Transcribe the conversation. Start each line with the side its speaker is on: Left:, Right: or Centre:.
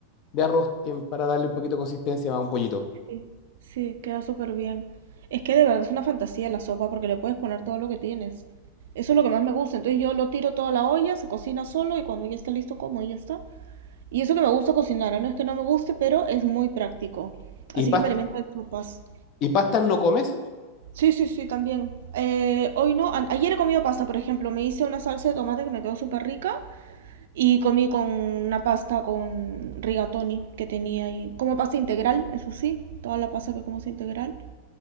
Left: de arroz eh, para darle un poquito de consistencia a un pollito.
Right: Sí, sí, queda súper bien. Es que de verdad es una fantasía la sopa porque le puedes poner todo lo que tienes. Eso es lo que más me gusta. Entonces yo lo tiro toda la olla, se cocina solo y cuando ya está listo como y ya está. Y eso que me gusta cocinar, ¿eh? no es que no me guste, pero es muy práctico.
Left: ¿Y,
Right: Así
Left: pas-
Right: que me alimento de sopas.
Left: y pastas no comes?
Right: Sí, sí, sí, también. Eh, hoy no, a- ayer he comido pasta, por ejemplo. Me hice una salsa de tomate que me quedó súper rica y comí con una pasta con rigatoni que tenía ahí. Como pasta integral, eso sí, toda la pasta que como es integral.